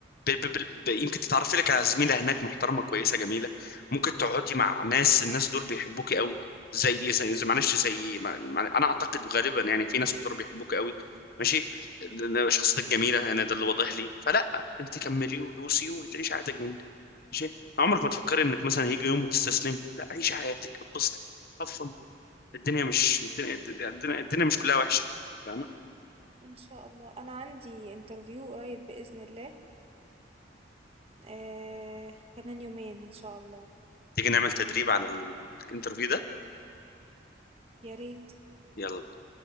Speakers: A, on the left (about 55°); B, on the right (about 35°).
A: ب ب ب ب يمكن تتعرفي لك على زميلة هناك محترمة كويسة جميلة ممكن تقعدي مع ناس الناس دول بيحبوكي قوي زي زي, زي معلش زي مع مع- انا اعتقد غالبا يعني في ناس كتير بيحبوكي قوي ماشي
B: مم.
A: شخصيتك جميلة يعني ده اللي واضح لي فلا انت كملي ودوسي وتعيشي حياتك جميلة ماشي عمرك ما تفكري انك مثلا هيجي يوم وتستسلمي لا عيشي حياتك اتبسطي هاف فن. الدنيا مش الدنيا الدنيا, الدنيا مش كلها وحشة فاهمة؟
B: ان شاء الله انا عندي انترفيو قريب بإذن الله آه كمان يومين ان شاء الله
A: تيجي نعمل تدريب عن الانترفيو ده
B: يا ريت
A: يلا بينا.